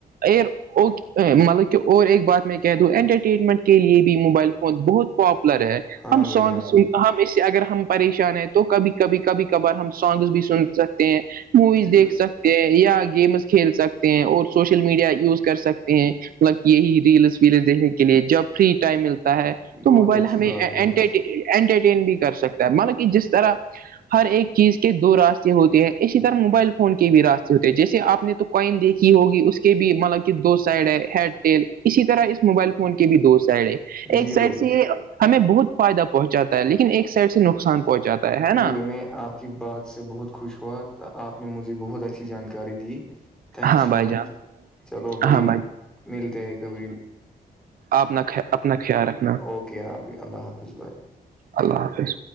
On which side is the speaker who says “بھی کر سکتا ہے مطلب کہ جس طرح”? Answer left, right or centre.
Right